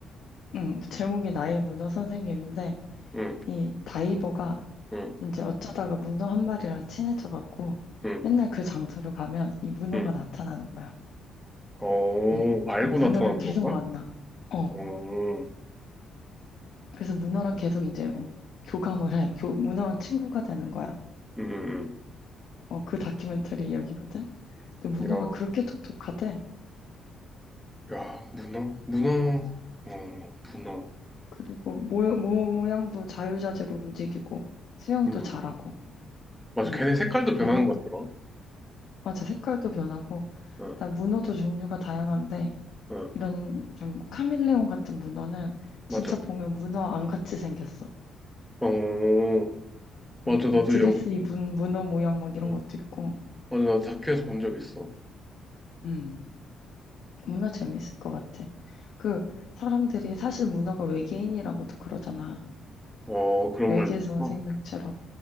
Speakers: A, on the left; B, in the centre.
A: 응, 그 제목이 나의 문어 선생님인데,
B: 응,
A: 이 다이버가
B: 응,
A: 이제 어쩌다가 문어 한 마리랑 친해져갖고,
B: 응,
A: 맨날 그 장소로 가면 이 문어가
B: 응.
A: 나타나는 거야.
B: 어,
A: 응,
B: 알고
A: 그
B: 나타난
A: 문어를 계속
B: 건가?
A: 만나. 어,
B: 어, 응,
A: 그래서 문어랑 계속 이제 뭐
B: 응,
A: 교감을 해. 교, 문어랑 친구가 되는 거야.
B: 응.
A: 어, 그 다큐멘터리 이야기거든. 근데 문어가
B: 응. 야,
A: 그렇게 똑똑하대.
B: 야, 문어, 문어, 어, 문어.
A: 그리고 모, 모양도 자유자재로 움직이고 수영도
B: 음,
A: 잘하고.
B: 맞아.
A: 응.
B: 걔네 색깔도 변하는
A: 얘네
B: 것 같더라.
A: 맞아 색깔도 변하고.
B: 응,
A: 나 문어도 종류가 다양한데
B: 응,
A: 이런 좀 카멜레온 같은 문어는 진짜
B: 맞아.
A: 보면 문어 안 같이 생겼어.
B: 어, 맞아.
A: 응.
B: 나도
A: 막 드레스
B: 영,
A: 입은 문어 모양 막 이런
B: 어,
A: 것도 있고.
B: 맞아. 나도 다큐에서 본 적 있어.
A: 응. 문어 재밌을 것 같아. 그 사람들이 사실 문어가 외계인이라고도 그러잖아.
B: 어, 그런
A: 외계에서
B: 말도 있어.
A: 온 생명체라고.